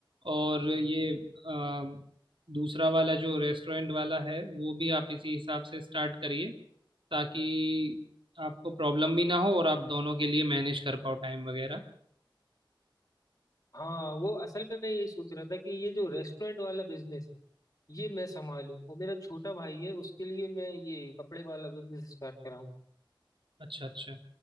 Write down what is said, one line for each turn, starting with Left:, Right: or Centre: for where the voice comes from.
Right: और ये अ, दूसरा वाला जो रेस्टोरेंट वाला है वो भी आप इसी हिसाब से स्टार्ट करिए ताकि आपको प्रॉब्लम भी ना हो और आप दोनों के लिए मैनेज कर पाओ टाइम वगैरह
Left: हाँ वो असल में मैं ये सोच रहा था कि ये जो रेस्टोरेंट वाला बिजनेस है ये मैं संभालूं और मेरा छोटा भाई है उसके लिए मैं ये कपड़े वाला बिजनेस स्टार्ट कराऊं
Right: अच्छा अच्छा